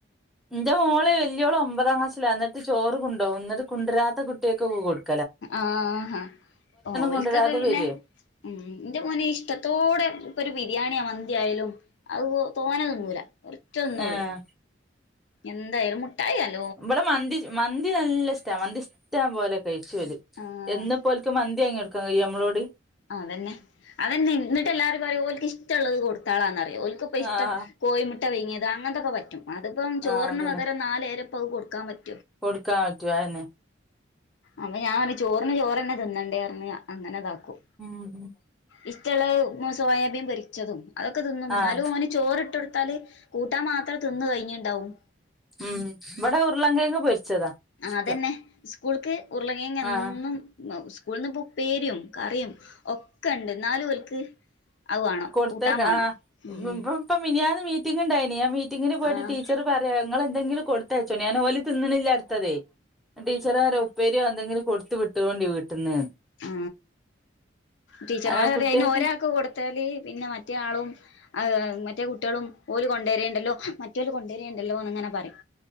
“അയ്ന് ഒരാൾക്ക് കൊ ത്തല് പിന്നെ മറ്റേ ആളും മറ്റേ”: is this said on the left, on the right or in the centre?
Left